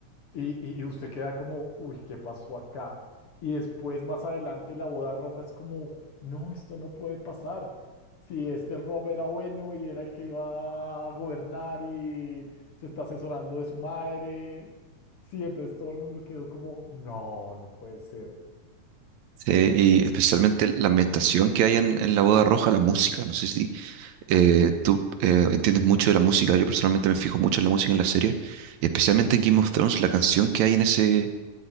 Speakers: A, on the left; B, on the right.
A: Y, y- y usted queda como, uy, ¿qué pasó acá? Y después, más adelante, la boda roja es como, no, esto no puede pasar. Si este Rob era bueno y era el que iba a gobernar y se está asesorando de su madre. Sí, entonces todo el mundo quedó como, no, no puede ser.
B: Sí, y especialmente la ambientación que hay en, en la boda roja, la música. No sé si eh, tú eh, entiendes mucho de la música. Yo personalmente me fijo mucho en la música en la serie. Y especialmente en Game of Thrones, la canción que hay en ese,